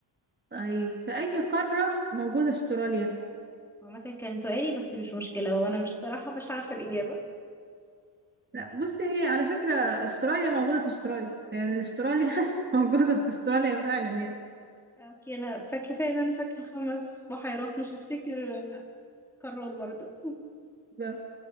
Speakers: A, on the right (about 25°); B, in the centre.
A: طيب في أي قارة موجودة أستراليا؟
B: عامة كان سؤالي بس مش مشكلة وانا مش صراحة مش عارفة الإجابة
A: لا بصي هي على فكرة أستراليا موجودة في أستراليا لأن أستراليا <laughs> موجودة في أستراليا فعلا يعني
B: اوكي انا فاكرة ان انا فاكرة الخمس بحيرات مش هفتكر قارات برضو <laughs>
A: بالظبط.